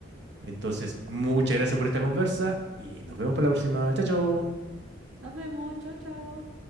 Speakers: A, on the right; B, on the right.
A: Entonces, muchas gracias por esta conversa y nos vemos para la próxima. Chao, chao.
B: Nos vemos, chao, chao.